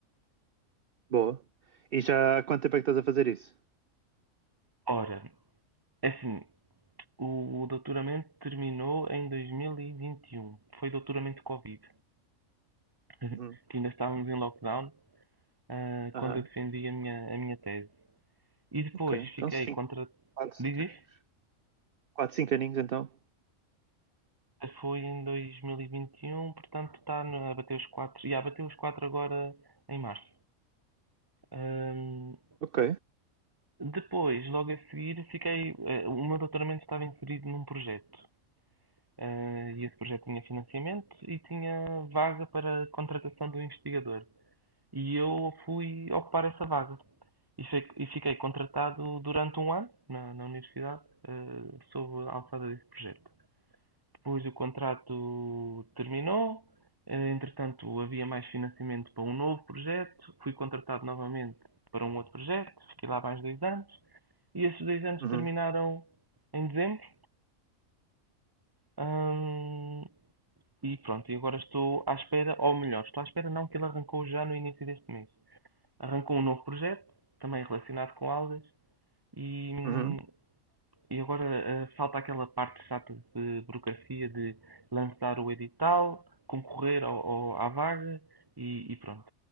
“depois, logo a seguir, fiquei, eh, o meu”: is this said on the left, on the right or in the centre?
Right